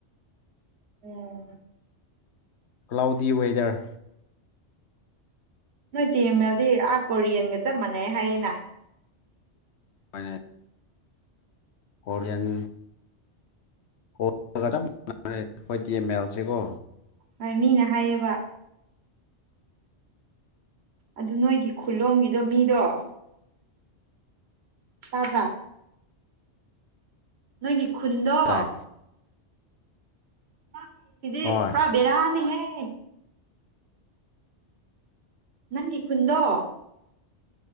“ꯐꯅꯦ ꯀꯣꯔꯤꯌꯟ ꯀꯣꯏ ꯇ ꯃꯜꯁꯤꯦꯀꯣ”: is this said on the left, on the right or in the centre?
Left